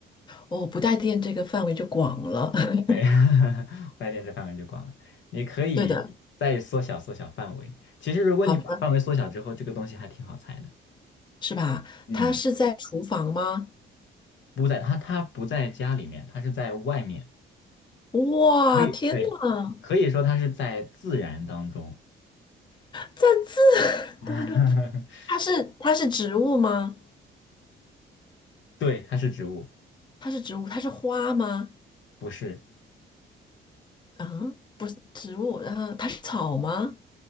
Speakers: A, on the left; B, on the left.
A: 哦，不带电这个范围就广了。<laughs>
B: 哎，<laughs> 白天这范围就广了。你可以再缩小缩小范围。
A: 对的，
B: 其实，如果你把范围缩小之后，
A: 好的，
B: 这个东西还挺好猜的。
A: 是吧？
B: 嗯，
A: 它是在厨房吗？
B: 不在它，它不在家里面，它是在外面。
A: 哇，
B: 可以，
A: 天呐，
B: 对，可以说它是在自然当中。
A: 赞字，<laughs>
B: <laughs>
A: 等等，它是它是植物吗？
B: 对，它是植物，
A: 它是植物，它是花吗？
B: 不是，
A: 啊，不是植物，然后它是草吗？